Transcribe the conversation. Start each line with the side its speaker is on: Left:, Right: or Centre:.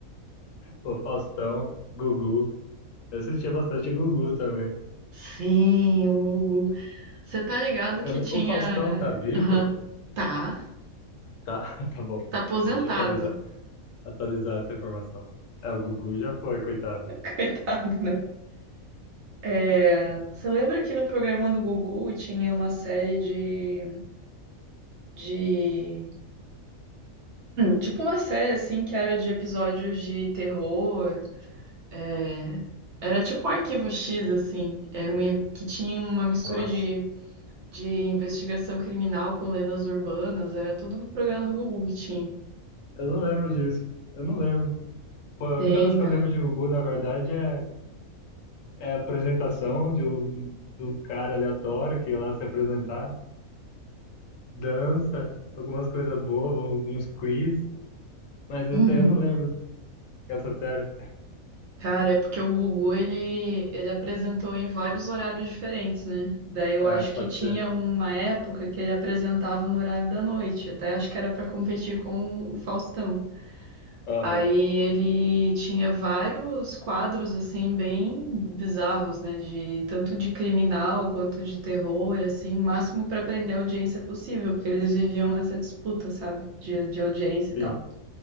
Left: Pô, Faustão, Gugu. Eu assistia bastante Gugu também.
Right: Sim, o Gugu. Você tá ligado
Left: Eu
Right: que tinha.
Left: o Faustão tá vivo?
Right: Aham. Tá,
Left: Tá, <laughs> tá bom.
Right: tá aposentado.
Left: Deixa eu atualizar, atualizar essa informação. É, o Gugu já foi, coitado.
Right: <laughs> Coitado, né? É, você lembra que no programa do Gugu tinha uma série de, de... Tipo uma série, assim, que era de episódios de terror. é, Era tipo um arquivo X, assim. Era uma... Que tinha uma mistura
Left: Nossa,
Right: de, de investigação criminal com lendas urbanas. Era tudo no programa do Gugu que tinha.
Left: eu não lembro disso. Eu não lembro. Pô, a
Right: Tem,
Left: única coisa que
Right: cara.
Left: eu lembro de Gugu, na verdade, é, é a apresentação de um, de um cara aleatório que ia lá se apresentar, dança, algumas coisas bobas, uns quiz, mas isso
Right: Uhum.
Left: aí eu não lembro. Essa série.
Right: Cara, é porque o Gugu, ele, ele apresentou em vários horários diferentes, né? Daí eu
Left: ah
Right: acho que
Left: pode
Right: tinha
Left: ser.
Right: uma época que ele apresentava no horário da noite, até acho que era pra competir com o Faustão.
Left: Aham.
Right: Aí ele tinha vários quadros, assim, bem bizarros, né? De, tanto de criminal quanto de terror, assim, máximo pra prender a audiência possível, porque eles viviam nessa disputa, sabe? De, de audiência e
Left: Sim,
Right: tal.